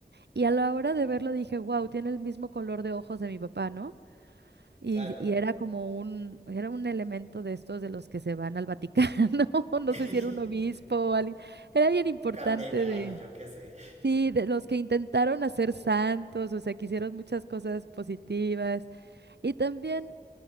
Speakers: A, on the right; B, on the right.
A: Y a la hora de verlo dije, wow, tiene el mismo color de ojos de mi papá, ¿no? Y,
B: claro.
A: y era como un, era un elemento de estos de los que se van al Vaticano, <laughs> no
B: <laughs>
A: sé si era un obispo o alguien, era bien importante
B: Cardenal,
A: de,
B: yo qué sé.
A: sí, de los que intentaron hacer santos, o sea, que hicieron muchas cosas positivas. Y también,